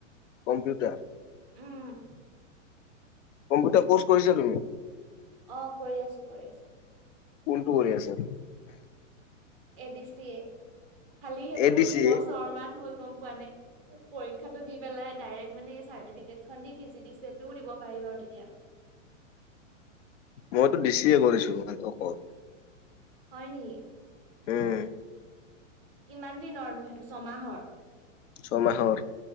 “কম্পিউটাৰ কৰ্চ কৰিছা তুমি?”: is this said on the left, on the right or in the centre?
Left